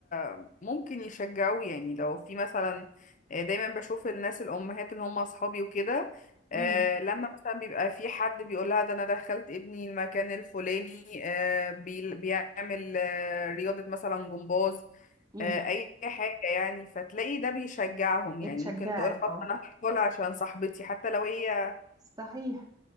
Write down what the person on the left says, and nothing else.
آه، ممكن يشجعوه يعني لو في مثلا آه، دايما بشوف الناس الأمهات اللي هم أصحابي وكده آه،
لما مثلا بيبقى في حد بيقولها ده أنا دخلت ابني المكان الفلاني آه، بي- بيعمل آه، رياضة مثلا جمباز
آه، أي حاجة يعني فتلاقي ده بيشجعهم يعني
ممكن تقول خلاص
أنا هدخل عشان صاحبتي حتى لو هي